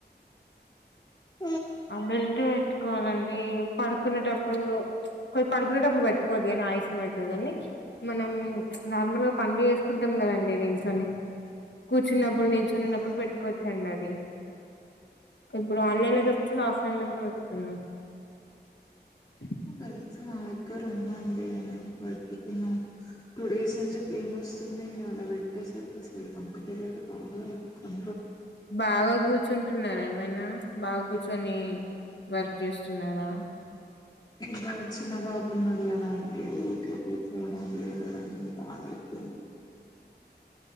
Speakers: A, on the left; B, on the left.
A: ఊఁ
B: వెల్ట్ పెట్టుకోవాలండి పడుకునేటప్పుడు పొయ్ పడుకునేటప్పుడు పెట్టుకోవద్ గానీ ఆయుసం అయితది గానీ మనం నార్మల్ గా పన్లు జేస్కుంట్ కట్టమ్ కదండీ నిల్చొని కూర్చున్నప్పుడు నిల్చొనిన్నప్పుడు
A: మ్మ్.
B: పెట్టుకోవచ్చండి అది ఇప్పుడు ఆన్లైన్ లో దొరుకుతుంది ఆఫ్లైన్ లో కూడా దొరుకుతుంది ఆ
A: గల్ఫి ఆయక్కర్ ఉంద అండీ అయనని పట్టుకున్న టు డేస్ నుంచి పేయిన్ వస్తుందీ ఇగ అలా పెట్టేసరికి అస్సలు పంకుతలేదు బాగా అంకుం
B: బాగా గూర్చుంటున్నార ఏమైనా బాగ్ గుచ్ చ్చొనీ వర్క్ జేస్తున్నరా
A: ఇంకా చిన్నబాబు ఉన్నాడు గదా అండీ ఊర్కే కూర్చోడం లేవడం ఇది బాగా అయ్ తుం